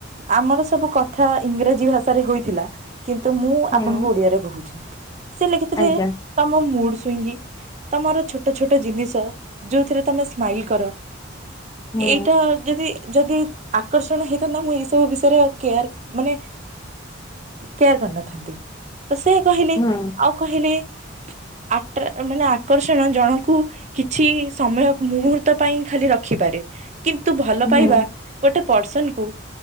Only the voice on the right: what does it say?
ଆମର ସବୁ କଥା ଇଂରାଜୀ ଭାଷାରେ ହୋଇଥିଲା କିନ୍ତୁ ମୁଁ
ଆପଣଙ୍କୁ ଓଡିଆରେ କହୁଛି। ସେ ଲେଖିଥିଲେ
ତମ ମୁଡ୍ ସ୍ଵିଙ୍ଗି। ତମର ଛୋଟ ଛୋଟ ଜିନିଷ ଯୋଉଥିରେ ତମେ ସ୍ମାଇଲ କର
ଏଇଟା ଯଦି ଯଦି ଆକର୍ଷଣ ହେଇଥାନ୍ତା ମୁଁ ଏଇସବୁ ବିଷୟରେ କେୟାର ମାନେ କେୟାର କରିନଥାନ୍ତି ତସେ କହିଲେ
ଆଉ କହିଲେ ଆଟ୍ରା ମାନେ ଆକର୍ଷଣ ଜଣଙ୍କୁ କିଛି ସମୟ ମୁହୂର୍ତ୍ତ ପାଇଁ ଖାଲି ରଖିପାରେ କିନ୍ତୁ ଭଲ
ପାଇବା ଗୋଟେ ପର୍ସନ୍ କୁ